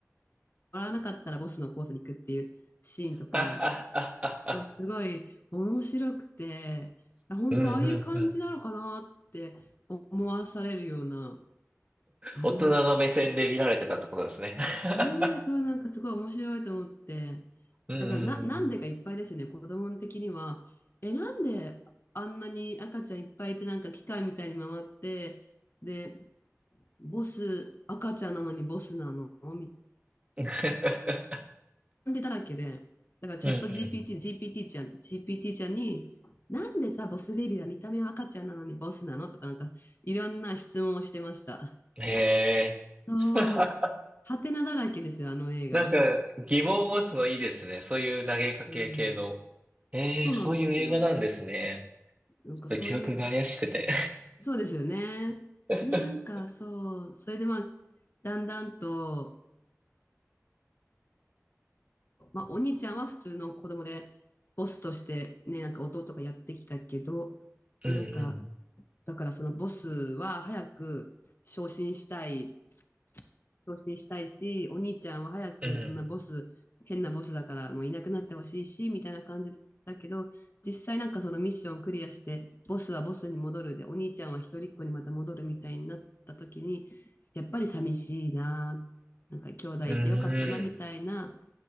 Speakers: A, on the left; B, on the right.
A: わなかったらボスのコースに行くっていうシーンとか、
B: あああああ。
A: そうすごい面白くて、
B: <laughs>
A: あ本当ああいう感じなのかなって思わされるような、
B: うんうんうん。
A: あの
B: 大人の目線で見られてたってことですね。<laughs>
A: ねえ、そう、なんかすごい面白いと思って。
B: うんうん
A: だからな、なんでかいっぱいですよね、子供的には。え、なんであんなに赤ちゃんいっぱいいて、なんか機械みたいに回って、で、ボス、赤ちゃんなのにボスなのみ
B: うん。<laughs>
A: たいなだらけで。だからチャット
B: うんう
A: GPT、GPT ちゃん、GPT ちゃんに、なんでさ、ボスベビーは見た目は赤ちゃんなのにボスなのとか、なんか、いろんな質問をしてました。
B: ん。へえ。
A: そう、
B: <laughs>
A: ハテナだらけですよ、あの映画は。
B: なんか疑問を持つのいいですね。そういう投げかけ系の。
A: うん、
B: ええ、
A: そうなんですよ。
B: そういう映画なんですね。
A: なんかそういう、
B: ちょっと記憶が怪しくて。
A: そうですよね。
B: <laughs>
A: なんかそう、それでまあ、だんだんと、まあ、お兄ちゃんは普通の子供で、ボスとしてね、なんか弟がやってきたけど、
B: うん
A: なんか、だからそのボスは早く昇進したい昇進したいし、お兄ちゃんは早くそんなボス、
B: うん。うん。
A: 変なボスだからもういなくなってほしいし、みたいな感じだけど、実際なんかそのミッションクリアして、ボスはボスに戻るで、お兄ちゃんは一人っ子にまた戻るみたいになった時に、やっぱり寂しいな、なんか兄弟いてよかったなみたいな、
B: うん。